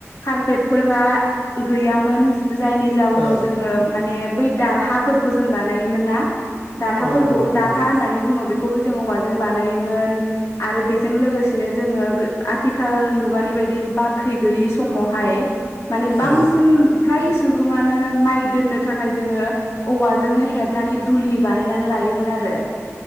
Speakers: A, on the left; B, on the left.
A: कारपेटफोरा गैयामोन जायनि जाउनाव
B: औ
A: जोङो माने बै दारहाफोरखौ जों बानायोमोन ना दारहाफोरखौ
B: औ औ
A: दारहा
B: नंगौ
A: होननानै बुङो बेखौबो जों औवाजों बानायोमोन आरो बे जों लोगोसेनो जोङो गो आथिखाल मुगानि बायदि बाख्रि गैयै समावहाय माने बांसिन
B: औ
A: फ्राय सुबुङानो माइ दोननो थाखाय जोङो औवाजोंनो हेबनानै दुलि बानायनानै लायो योमोन आरो